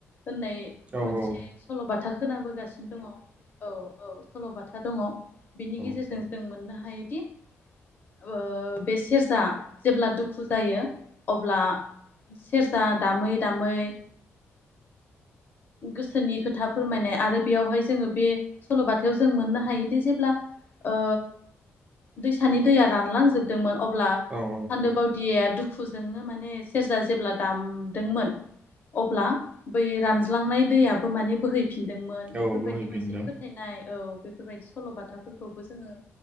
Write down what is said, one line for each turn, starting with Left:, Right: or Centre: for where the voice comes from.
Left: होननाय
Right: औ
Left: मोनसे
Right: औ
Left: सल'बाथा खोनाबोगासिनो दङ औ औ सल'बाथा खोथा दङ बिनि
Right: औ
Left: गेजेरजों जों मोननो हा हायोदि, आ, बे सेरजा जेब्ला दुखु जायो अब्ला सेरजा दामै दामै गोसोनि खोथा फोरमायनाय आरो बेयावहाय जोङो बे सल'बाथायाव जों मोननो हायोदि जेब्ला ओ दैसानि दैया रानलांजोबदोंमोन अब्ला
Right: औ
Left: सान्दो बावदिया दुखु दुखुजोंनो माने सेरजा जेब्ला दामदोंमोन अब्ला बै रानज्लांनाय दैयाबो माने बोहै फिनदोंमोन
Right: औ
Left: बेफोरबायदि
Right: बोहैफिनदों
Left: मोनसे फोथायनाय औ बेफोरबायदि सल'बाथाफोरखौबो जोङो